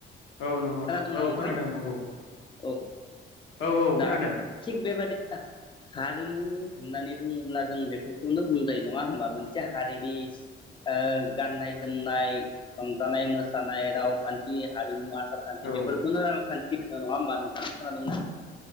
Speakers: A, on the left (about 70°); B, on the left (about 25°).
A: औ नंगौ
B: खोनादोंना
A: नों औ
B: नोंथां
A: खोनादों नंगौ
B: औ
A: औ औ खोनादों
B: दा थिग बेबादि हारिमु होननानै बुङोब्ला जों बेफोरखौनो बुंजायो नङा होमबा मोनसे हारिनि ओ गाननाय जोमनाय रंजानाय मोसानाय राव खान्थि हारिमु आसार खान्थि
A: औ
B: बेफोरखौनो रांखान थि होनो नङा होमबा नोंथां खोनादोंना